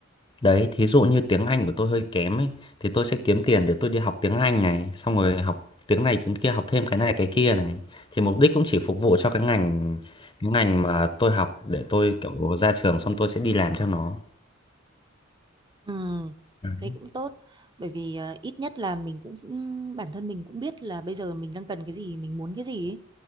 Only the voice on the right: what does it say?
Ừ,
thế cũng tốt. Bởi vì ờ, ít nhất là mình cũng cũng- bản thân mình cũng biết là bây giờ mình đang cần cái gì, mình muốn cái gì ấy.